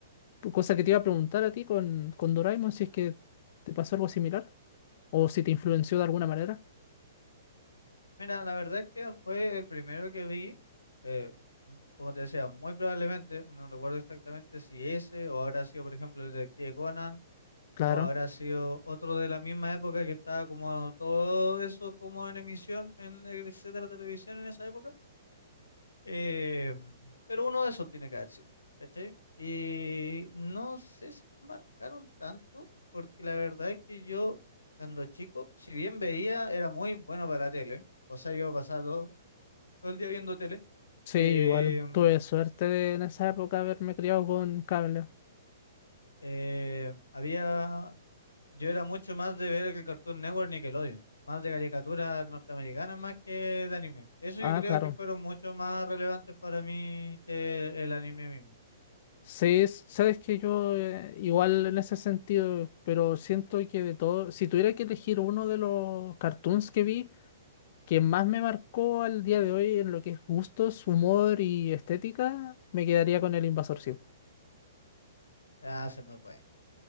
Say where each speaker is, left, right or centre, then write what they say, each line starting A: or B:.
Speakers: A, on the left; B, on the left.
A: Cosa que te iba a preguntar a ti con, con Doraemon, si es que te pasó algo similar o si te influenció de alguna manera.
B: Mira, la verdad es que fue el primero que vi, eh, m- como te decía, muy probablemente, no recuerdo exactamente si ese o habrá sido, por ejemplo, el Detective Conan
A: Claro.
B: o habrá sido otro de la misma época que estaba como todo eso como en emisión en el etcétera televisión en esa época. Eh, pero uno de esos tiene que haber sido, ¿cachai? Y no sé si me marcaron tanto, porque la verdad es que yo cuando chico, si bien veía, era muy bueno para la tele. O sea, yo pasaba todo el día viendo tele.
A: Sí,
B: eh,
A: yo igual. Tuve suerte de en esa época haberme criado con cable.
B: eh, había, yo era mucho más de ver el Cartoon Network Nickelodeon, más de caricaturas norteamericanas más que de anime. Eso
A: Ah,
B: yo creo
A: claro.
B: que fueron mucho más relevantes para mí que el anime mismo.
A: Sí, s- sabes que yo eh, igual en ese sentido, pero siento que de todo, si tuviera que elegir uno de los cartoons que vi, que más me marcó al día de hoy en lo que es gustos, humor y estética, me quedaría con El Invasor siempre.
B: Ah, sí, muy buena,